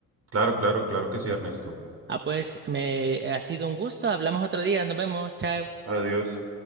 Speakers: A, on the right; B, on the right.
A: claro, claro, claro que sí, Ernesto.
B: Ah, pues me ha sido un gusto. Hablamos otro día. Nos vemos. Chao.
A: Adiós.